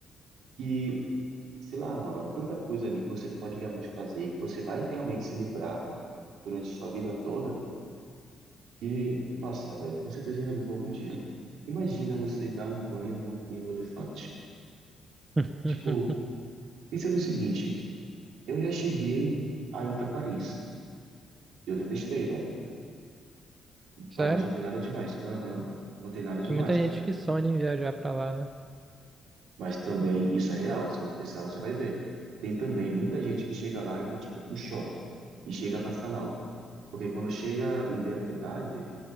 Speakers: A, on the right; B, on the right.
A: que, sei lá, mano, tanta coisa ali que você pode realmente fazer, que você vai realmente se lembrar durante sua vida toda Que, nossa, velho, com certeza eu ainda vou algum dia. Imagina você dar um banho em um elefante.
B: <laughs>
A: Tipo, pensa no seguinte, eu já cheguei a ir pra Paris. Eu detestei, velho.
B: Sério?
A: Paris não tem nada demais. Aham, não tem nada demais,
B: Tem muita
A: velho.
B: gente que sonha em viajar pra lá, né?
A: Mas também isso é real, se você pensar, você vai ver. Tem também muita gente que chega lá e tem tipo um choque e chega a passar mal, porque quando chega e vê a realidade,